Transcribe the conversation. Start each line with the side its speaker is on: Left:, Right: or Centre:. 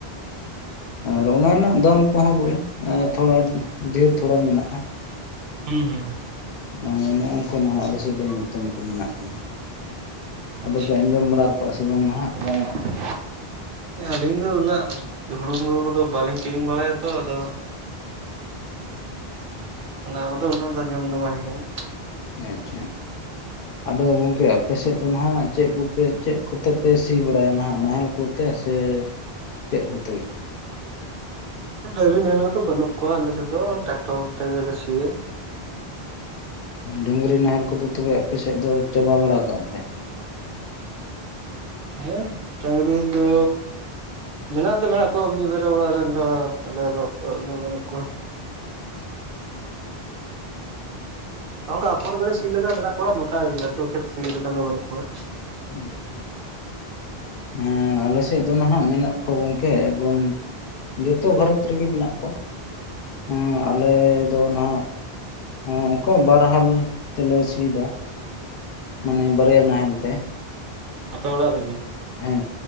Left: ᱟᱨ ᱚᱱᱟ ᱨᱮᱱᱟᱜ ᱫᱟᱢ ᱠᱚᱦᱚᱸ ᱵᱚᱞᱮ ᱛᱷᱚᱲᱟ ᱰᱷᱮᱨ ᱛᱷᱚᱲᱟ ᱢᱮᱱᱟᱜᱼᱟ᱾
Right: ᱦᱩᱸ ᱦᱩᱸ᱾
Left: ᱮᱻ ᱱᱚᱜᱝᱠᱟ ᱱᱟᱦᱟᱜ ᱟᱞᱮᱥᱮᱫ ᱫᱚ ᱧᱩᱛᱩᱢ ᱠᱚ ᱢᱮᱱᱟᱜ ᱜᱮᱭᱟ᱾ ᱟᱫᱚ
Right: ᱟᱪᱪᱷᱟ
Left: ᱯᱮ ᱟᱸᱡᱚᱢ ᱵᱟᱲᱟ ᱟᱠᱚᱜᱼᱟ ᱟᱥᱮ ᱵᱟᱝ ᱱᱟᱦᱟᱜ?
Right: <unintelligible>
Left: <inaudible>
Right: ᱟᱹᱞᱤᱧ ᱫᱚ ᱩᱱᱟᱹᱜ ᱦᱩᱲᱩ ᱢᱩᱲᱩ ᱠᱚᱫᱚ ᱵᱟᱹᱞᱤᱧ ᱠᱤᱨᱤᱧ ᱵᱟᱲᱟᱭᱟᱛᱚ, ᱟᱫᱚ ᱚᱱᱟ ᱠᱚᱫᱚ ᱩᱱᱟᱹᱜ ᱫᱚ ᱟᱸᱡᱚᱢ ᱫᱚ ᱵᱟᱝ ᱦᱩᱭ ᱟᱠᱟᱱᱟ᱾
Left: ᱟᱪᱪᱷᱟ᱾ ᱟᱫᱚ ᱜᱚᱝᱠᱮ ᱟᱯᱮᱥᱮᱫ ᱫᱚ ᱱᱟᱦᱟᱜ ᱪᱮᱫ ᱠᱚᱯᱮ ᱪᱮᱫ ᱠᱚᱛᱮ ᱯᱮ ᱥᱤ ᱵᱟᱲᱟᱭᱟ ᱱᱟᱦᱟᱜ ᱱᱟᱦᱮᱞ ᱠᱚ -ᱛᱮ ᱥᱮ ᱪᱮᱫ ᱠᱚᱛᱮ?
Right: ᱰᱟᱹᱝᱨᱤ ᱱᱟᱦᱮᱞ ᱠᱚᱫᱚ ᱵᱟᱹᱱᱩᱜ ᱠᱚᱣᱟ ᱟᱞᱮ ᱥᱮᱫ ᱫᱚ ᱴᱨᱟᱠᱴᱚᱨ ᱛᱮᱜᱮ ᱞᱮ ᱥᱤᱭᱟ᱾
Left: ᱰᱟᱹᱝᱨᱤ ᱱᱟᱦᱮᱞ ᱠᱚᱫᱚ ᱛᱚᱵᱮ ᱟᱯᱮ ᱥᱮᱫ ᱫᱚ ᱪᱟᱵᱟ ᱵᱟᱲᱟᱣ ᱠᱟᱜᱼᱟ ᱯᱮ?
Right: ᱦᱮᱸ ᱰᱟᱹᱝᱨᱤ ᱫᱚ, ᱢᱮᱱᱟᱜ ᱫᱚ ᱢᱮᱱᱟᱜ ᱠᱚᱣᱟ ᱢᱤᱫᱵᱟᱨ ᱟᱞᱮ ᱚᱲᱟᱜ ᱨᱮᱱ ᱫᱚ, ᱟᱞᱮ ᱫᱚ ᱚᱲᱟᱜ ᱨᱮᱫᱚ ᱵᱟᱹᱱᱩᱜ ᱠᱚᱣᱟ᱾ ᱱᱚᱱᱠᱟ ᱟᱯᱷᱚᱨ ᱠᱚᱨᱮ ᱥᱤ ᱞᱮᱠᱟ ᱢᱮᱱᱟᱜ ᱠᱚᱣᱟ, ᱱᱚᱝᱠᱟ ᱞᱟᱹᱴᱩ ᱠᱷᱮᱛ ᱥᱤ ᱞᱮᱠᱟ ᱫᱚ ᱵᱟᱹᱱᱩᱜ ᱠᱚᱣᱟ᱾
Left: ᱩᱸ ᱦᱮᱸ ᱟᱞᱮ ᱥᱮᱫ ᱫᱚ ᱱᱟᱦᱟᱜ ᱢᱮᱱᱟᱜ ᱠᱚᱣᱟ ᱜᱚᱝᱠᱮ, ᱮᱠᱫᱚᱢ ᱡᱚᱛᱚ ᱜᱷᱟᱨᱚᱸᱡᱽ ᱨᱮᱜᱮ ᱢᱮᱱᱟᱜ ᱠᱚᱣᱟ᱾ ᱦᱩᱸ ᱟᱞᱮ ᱫᱚ ᱱᱟᱦᱟᱜ ᱚᱱᱠᱟ ᱵᱟᱨᱦᱟᱞ ᱛᱮᱞᱮ ᱥᱮᱭᱮᱫᱟ ᱢᱟᱱᱮ ᱵᱟᱨᱭᱟ ᱱᱟᱦᱮᱞ ᱛᱮ᱾
Right: ᱟᱛᱳ ᱚᱲᱟᱜ ᱨᱮᱜᱮ?
Left: ᱦᱮᱸ